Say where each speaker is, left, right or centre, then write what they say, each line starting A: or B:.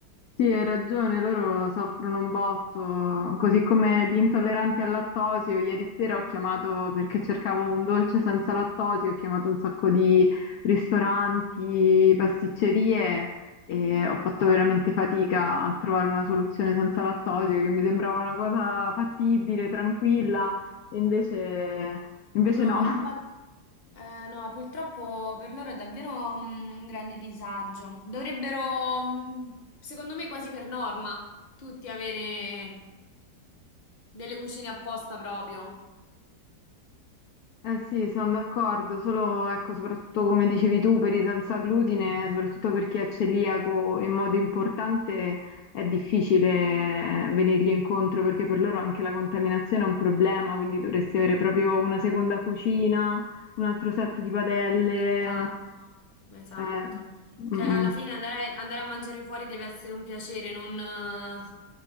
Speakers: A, on the left; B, on the left.
A: Sì, hai ragione, loro soffrono un botto, così come gli intolleranti al lattosio. Ieri sera ho chiamato perché cercavo un dolce senza lattosio, ho chiamato un sacco di ristoranti, pasticcerie e ho fatto veramente fatica a trovare una soluzione senza lattosio, che mi sembrava una cosa fattibile, tranquilla, e invece, invece
B: No,
A: no.
B: infatti,
A: <laughs>
B: eh, no, purtroppo per loro è davvero mm, un grande disagio. Dovrebbero, mm, secondo me, quasi per norma, tutti avere delle cucine apposta proprio.
A: Eh sì, sono d'accordo, solo ecco, soprattutto come dicevi tu, per i senza glutine, soprattutto per chi è celiaco in modo importante, è difficile venirgli incontro perché per loro anche la contaminazione è un problema, quindi dovresti avere proprio una seconda cucina, un altro set di padelle.
B: Esatto, esatto.
A: eh, mm,
B: Cioè, alla
A: mm.
B: fine andare, andare a mangiare fuori deve essere un piacere, non eh,